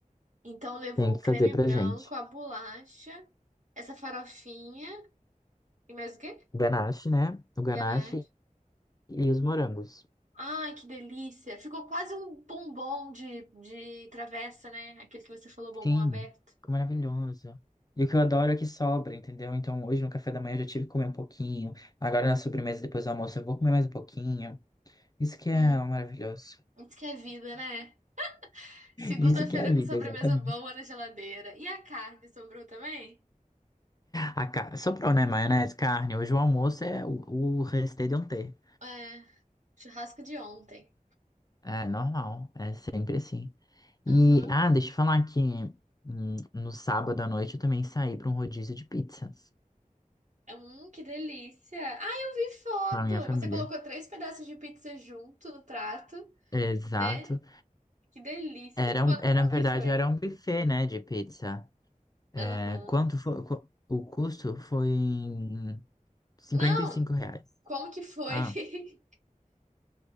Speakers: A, on the right (about 60°); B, on the left (about 25°).
A: Então levou
B: Tem que
A: o
B: fazer
A: creme
B: pra
A: branco,
B: gente.
A: a bolacha, essa farofinha e mais o quê?
B: O ganache, né? O
A: Ganache.
B: ganache e os morangos.
A: Ai, que delícia. Ficou quase um bombom de, de travessa, né? Aquele que você falou, bombom
B: Sim,
A: aberto.
B: ficou maravilhoso. E o que eu adoro é que sobra, entendeu? Então hoje no café da manhã eu já tive que comer um pouquinho. Agora na sobremesa, depois do almoço, eu vou comer mais um pouquinho. Isso que é
A: Hum,
B: maravilhoso.
A: isso que é vida, né? Segunda-feira
B: Isso que é a
A: com
B: vida,
A: sobremesa
B: exatamente.
A: boa na geladeira. E a carne sobrou também?
B: A ca... Sobrou, né? Maionese, carne. Hoje o almoço é o, o restê de um ter.
A: É, churrasco de ontem.
B: É normal, é sempre assim.
A: Aham.
B: E, ah, deixa eu falar que hum, no sábado à noite eu também saí para um rodízio de pizzas
A: Hum, que delícia. Ai, eu vi foto.
B: com a minha família.
A: Você colocou três pedaços de pizza junto no prato,
B: Exato.
A: né? Que delícia.
B: Era,
A: Me conta
B: um- é,
A: como
B: na verdade,
A: que foi.
B: era um buffet, né, de pizza. É,
A: Aham.
B: quanto foi, qu- o custo foi em 55
A: Não,
B: reais.
A: como que foi?
B: Ah,
A: <laughs>